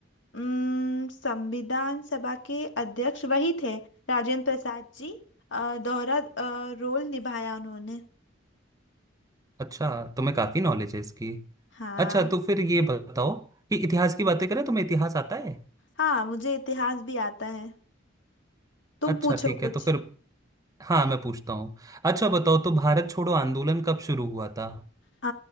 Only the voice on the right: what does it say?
अच्छा तुम्हें काफी नॉलेज है इसकी
अच्छा तो फिर ये बताओ कि इतिहास की बातें करें तुम्हें इतिहास आता है
अच्छा
ठीक है
तो फिर हाँ मैं पूछता हूँ अच्छा बताओ तो भारत छोड़ो आंदोलन कब शुरू हुआ था